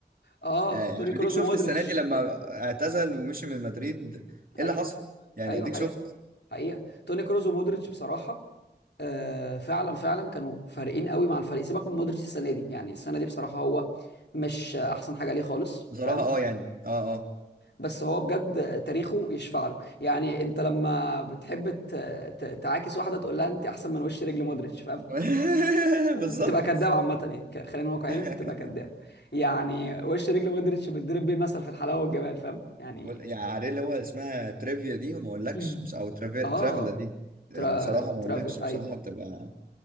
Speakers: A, on the left (about 80°); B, on the right (about 55°).
A: اه
B: آه، يعني
A: توني كروز
B: اديك شفت
A: ومودريتش
B: السنه دي لما اعتزل ومشي من مدريد ايه
A: ايوه
B: اللي حصل يعني
A: ايوه
B: اديك
A: حقيقه
B: شفت
A: حقيقه توني كروز ومودريتش بصراحه آه فعلا فعلا كانوا فارقين قوي مع الفريق سيبك من مودريتش السنه دي يعني السنه دي بصراحه هو مش احسن حاجه ليه خالص
B: بصراحه
A: فاهم
B: اه يعني اه اه
A: بس هو بجد تاريخه يشفع له يعني انت لما بتحب ت- ت- تعاكس واحده تقول لها انت احسن من وش رجل مودريتش فاهم
B: <laughs>
A: وبتبقى
B: بالظبط
A: كداب عامه يعني ك- خلينا واقعيين
B: <laughs>
A: انت بتبقى كداب يعني وش رجل مودريتش بتضرب بيه مثل في الحلاوه والجمال فاهم يعني
B: بقول- يعني عارف اللي هو اسمها تريفيا دي وما اقولكش
A: <laughs>
B: بس- او ترافي...
A: اه
B: ترافلا دي
A: ترا
B: بصراحه ما اقولكش
A: ترافي
B: بصراحه
A: ايوه
B: بتبقى